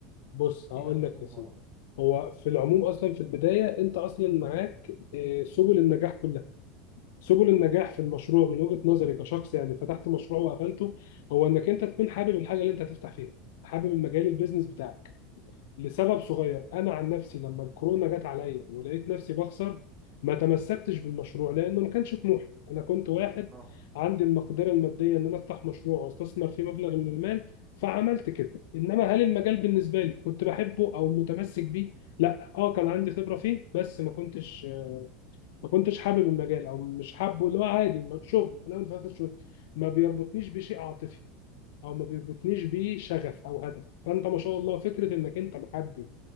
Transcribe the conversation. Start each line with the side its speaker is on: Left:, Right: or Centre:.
Left: بص هقول
Right: ايه اهم
Left: لك يا
Right: مهاره
Left: سيدي هو في العموم اصلا في البدايه انت اصلا معاك آه، سبل النجاح كلها سبل النجاح في المشروع من وجهه نظري كشخص يعني فتحت مشروع وقفلته هو انك انت تكون حابب الحاجه اللي انت هتفتح فيها حابب المجال البيزنس بتاعك لسبب صغير انا عن نفسي لما الكورونا جت عليا ولقيت نفسي بخسر ما تمسكتش بالمشروع لانه ما كانش طموحي انا كنت واحد
Right: اه
Left: عندي المقدره الماديه ان انا افتح مشروع واستثمر فيه مبلغ من المال فعملت كده انما هل المجال بالنسبه لي كنت بحبه او متمسك بيه لا اه كان عندي خبره فيه بس ما كنتش ما كنتش حابب المجال او مش حابه اللي هو عادي ما- شغل في الاول وفي الاخر شغل ما بيربطنيش بشيء عاطفي او ما بيربطنيش بيه شغف او هدف فانت ما شاء الله فكره انك انت محدد